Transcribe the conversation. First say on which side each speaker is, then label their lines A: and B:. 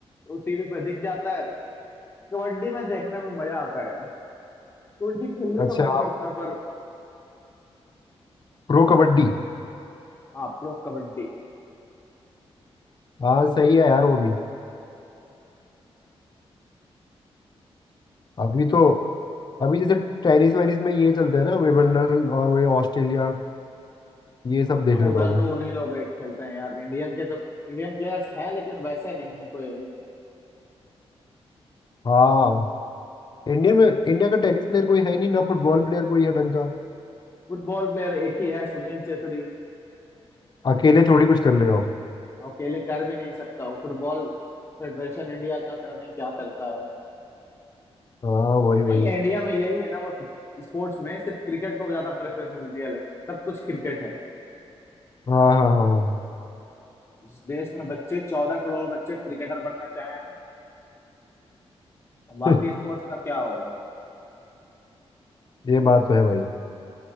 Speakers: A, on the left; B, on the left.
A: वो टीवी पे दिख जाता है कबड्डी में देखने में मजा आता है यार कबड्डी खेलने
B: तो अच्छा
A: का मन
B: आप
A: करता है पर
B: प्रो कबड्डी
A: हाँ प्रो कबड्डी
B: हाँ सही है यार वो भी अभी तो अभी जैसे टेनिस वेनिस में ये चलते हैं ना विंबलडन और वो ऑस्ट्रेलिया ये सब देख
A: हाँ
B: लेता
A: उधर
B: हूँ
A: तो
B: मैं
A: उन्हीं लोग ही खेलते हैं यार इंडियन के तो इंडियन प्लेयर्स हैं लेकिन वैसे नहीं है कोई अभी
B: हाँ इंडियन में इंडिया का टेनिस प्लेयर कोई है नहीं ना फुटबॉल प्लेयर कोई है ढंग का
A: फुटबॉल प्लेयर एक ही है सुनील छेत्री
B: अकेले थोड़ी कुछ कर लेगा वो।
A: और अकेले कर भी नहीं सकता वो फुटबॉल फेडरेशन इंडिया का पता नहीं क्या करता है
B: हाँ वही
A: नहीं
B: वही
A: इंडिया में यही है ना वो स्पोर्ट्स में सिर्फ क्रिकेट को ज्यादा प्रेफरेंस मिलती है लाइक सब कुछ क्रिकेट है
B: हाँ हाँ हाँ
A: जिस देश में बच्चे चौदह करोड़ बच्चे क्रिकेटर बनना चाहें और बाकी
B: हाँ।
A: स्पोर्ट्स का क्या होगा
B: <laughs> ये बात तो है भाई